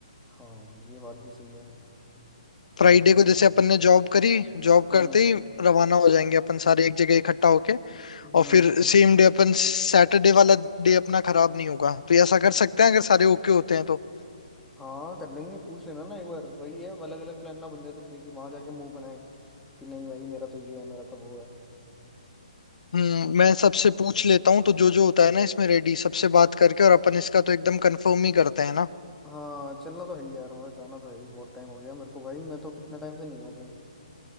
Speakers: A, in the centre; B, on the left.
A: हाँ ये बात भी सही है
B: फ्राइडे
A: खराब तो
B: को
A: नहीं
B: जैसे
A: होगा
B: अपन ने जॉब करी जॉब
A: हम्म
B: करते ही रवाना हो जाएंगे अपन सारे एक जगह इकट्ठा होके
A: हम्म
B: और फिर सेम डे अपन सैटरडे वाला डे अपना खराब नहीं होगा तो ऐसा कर सकते हैं अगर सारे ओके होते हैं तो
A: हाँ कर लेंगे पूछ लेना ना एक बार वही है अलग अलग प्लान ना बन जाए सबके कि वहां जाके मुंह बनाए कि नहीं भाई मेरा तो ये है मेरा तो वो है
B: हम्म मैं सबसे पूछ लेता हूँ तो जो जो होता है ना इसमें रेडी सबसे बात करके और अपन इसका तो एकदम कंफर्म ही करते हैं ना
A: हाँ चलना तो है ही यार मतलब जाना तो है ही बहुत टाइम हो गया मेरे को भाई मैं तो कितने टाइम से नहीं हूँ कहीं